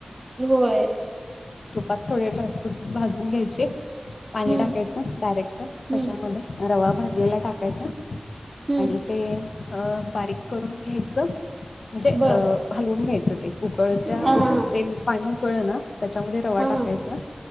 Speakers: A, on the right; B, on the left.
A: होय
B: तुपात थोडे ड्रायफ्रूट भाजून घ्यायचे पाणी
A: हम्म
B: टाकायचं डायरेक्ट त्याच्यामध्ये
A: हम्म
B: रवा भाजीला टाकायचं
A: हम्म
B: आणि ते अ बारीक करून घ्यायचं म्हणजे
A: बर
B: अ हलवून घ्यायचं ते उकळत
A: हा हा
B: ते पाणी उकळलं ना त्याच्यामध्ये रवा
A: हा हा
B: टाकायचा